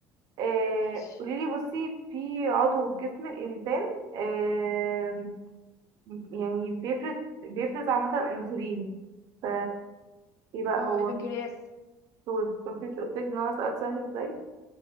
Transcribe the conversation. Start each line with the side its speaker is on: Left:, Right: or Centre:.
Right: آه
Left: ماشي
Right: قوليلي بصي في عضو في جسم الانسان آه يعني بيفرز بيفرز عامة انسولين ف ايه بقى
Left: اه
Right: هو
Left: البنكرياس
Right: طول مفيش قلتلك ان هو سؤال سهل ازاي